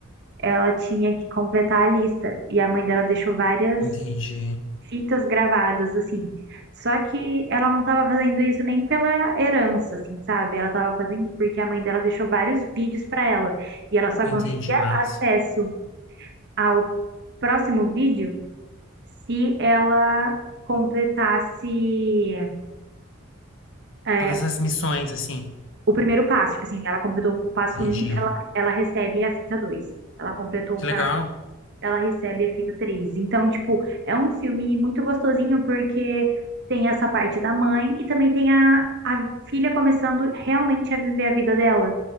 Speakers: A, on the right; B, on the left.
A: ela tinha que completar a lista. E a mãe dela deixou várias
B: Entendi.
A: fitas gravadas, assim. Só que ela não tava fazendo isso nem pela herança, assim, sabe? Ela tava fazendo porque a mãe dela deixou vários vídeos pra ela. E ela só
B: Entendi,
A: conseguia
B: mas.
A: acesso ao próximo vídeo se ela completasse é,
B: Todas as missões, assim.
A: o primeiro passo, tipo assim, ela completou o passo
B: Entendi.
A: um, ela, ela recebe a fita 2. Ela completou
B: Que
A: o
B: legal.
A: passo, ela recebe a fita 3. Então, tipo, é um filme muito gostosinho porque tem essa parte da mãe e também tem a, a filha começando realmente a viver a vida dela,